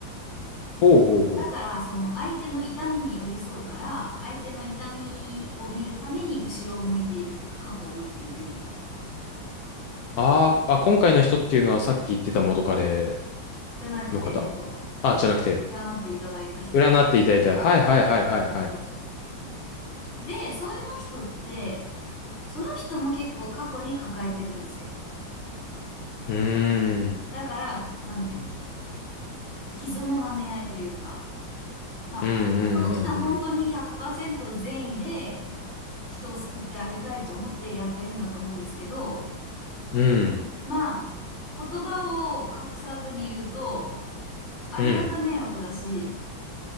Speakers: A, on the left; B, on the left.
A: ほうほうほう。
B: だからその相手の痛みに寄り添うから相手の痛みを見るために後ろを向いているというか過去を向いているみたいな。
A: あーあ、今回の人っていうのはさっき言ってた元カレ
B: じゃなくて、
A: の方
B: えっと、
A: あ、じゃなくて、
B: 占っていただいた人です。
A: 占っていただいた。はいはいはいはいはい。
B: そうそうそう。で、そういうの人ってその人も結構過去に抱えてるんですよ。
A: うーん。
B: だから、なんていうの、傷の舐め合いというか、まあ、
A: うんうんうん
B: その人は本当に100%善意で人を救ってあげたいと思ってやってるんだと思うんですけど、
A: うん。うん。
B: まあ、言葉を隠さずに言うと、ありがた迷惑だし、
A: うん。